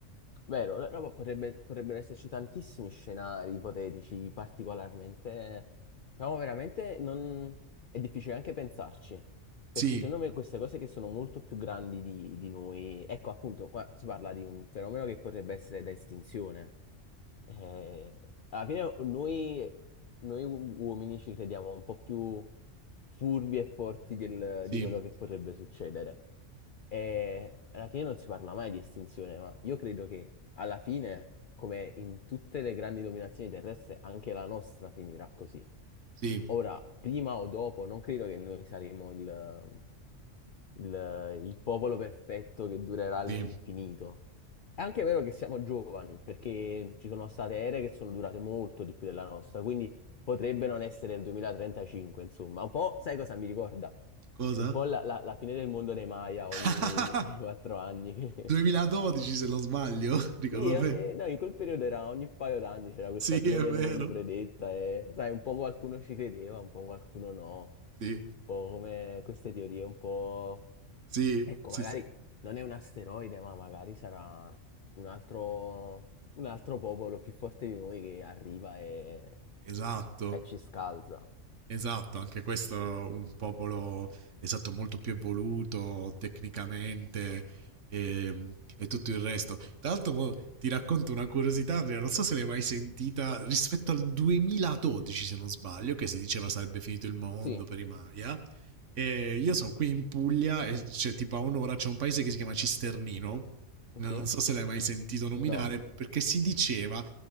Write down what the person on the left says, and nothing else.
Vero, eh, no, ma potrebbe- potrebbero esserci tantissimi scenari ipotetici, particolarmente... No, veramente non... è difficile anche pensarci, perché
secondo me queste cose che sono molto più grandi di, di noi, ecco appunto, qua si parla di un fenomeno che potrebbe essere da estinzione. Eh, alla fine noi, noi u- uomini ci crediamo un po' più furbi e forti del-
di quello che potrebbe succedere. E alla fine non si parla mai di estinzione, ma io credo che alla fine, come in tutte le grandi dominazioni terrestri, anche la nostra finirà così.
Ora, prima o dopo, non credo che noi saremo il, il- il popolo perfetto che durerà all'infinito.
È anche vero che siamo giovani, perché ci sono state ere che sono durate molto di più della nostra, quindi potrebbe non essere il 2035, insomma. Un po', sai cosa mi ricorda?
un po' la, la- la fine del mondo dei Maya
ogni <laughs> 3-4 anni. che-
<laughs>
Sì, ogni-
no, in quel periodo era ogni paio d'anni c'era questa
fine
del
mondo predetta e, sai, un po' qualcuno ci credeva, un po' qualcuno no. Un
po' come queste teorie, un po'...
Ecco,
magari
non è un asteroide, ma magari sarà un altro, un altro popolo più forte di noi che arriva e,
e ci scalza.
Sì,
sì,
no.